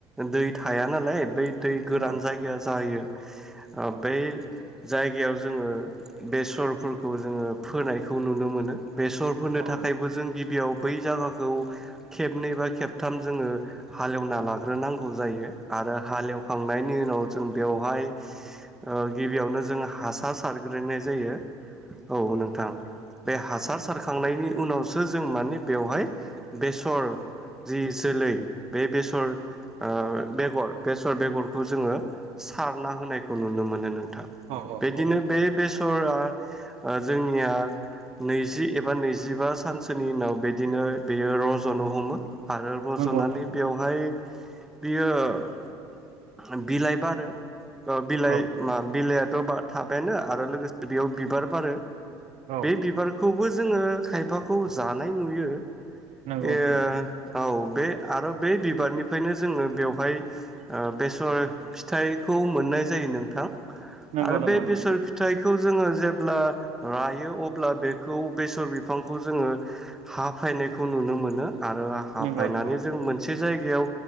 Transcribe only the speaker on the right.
औ
औ
औ
औ
औ
नंगौ नोंथां
औ
औ
नंगौ नोंथां
नंगौ
नंगौ
नोंथां
नंगौ नंगौ नोंथां